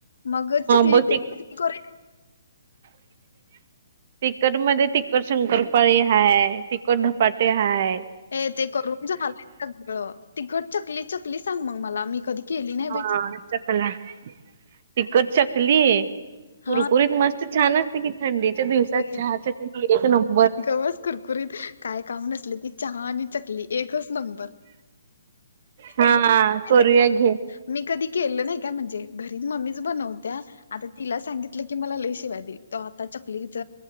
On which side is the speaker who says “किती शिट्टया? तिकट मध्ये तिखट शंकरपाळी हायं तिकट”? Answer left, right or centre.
Right